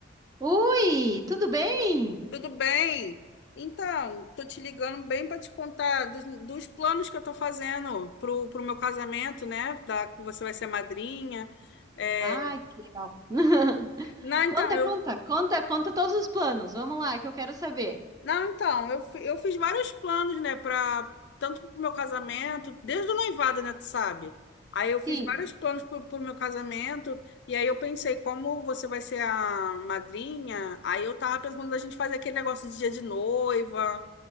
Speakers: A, on the right; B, on the left.
A: Ui, tudo bem?
B: tudo bem? Então, tô te ligando bem para te contar dos, dos planos que eu tô fazendo pro, pro meu casamento, né? Da, que você vai ser madrinha. É,
A: Ai, que legal. <laughs>
B: Não, então,
A: Conta,
B: eu,
A: conta, conta, conta todos os planos. Vamos lá, que eu quero saber.
B: não, então, eu, fi- eu fiz vários planos, né? para tanto pro meu casamento, desde o noivado, né? Tu sabe? Aí eu fiz
A: Sim,
B: vários planos pro, pro meu casamento, e aí eu pensei, como você vai ser a madrinha, aí eu tava pensando da gente fazer aquele negócio de dia de noiva.